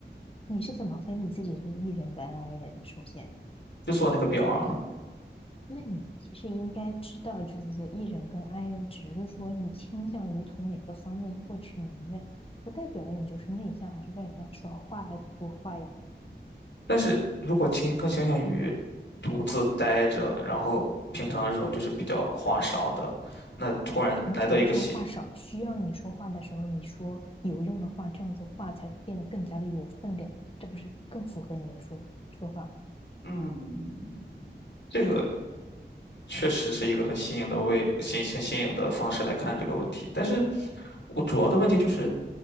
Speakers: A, on the left (about 30°); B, on the left (about 75°).
A: 你是怎么分你自己是 E 人跟 I 人的？首先。
B: 就做那个表啊，
A: 那你其实应该知道，就是说 E 人跟 I 人，只是说你倾向于从哪个方面获取能量，不代表你就是内向还是外向，少话还是多话呀。
B: 但是如果倾更倾向于独自待着，然后平常的时候就是比较话少的，那突然来到一个新，
A: 平常的时候话少，需要你说话的时候你说有用的话，这样子话才变得更加的有分量，这不是更符合你的说说法？
B: 嗯，这个确实是一个很新颖的为新新新颖的方式来看这个问题。但是我主要的问题就是，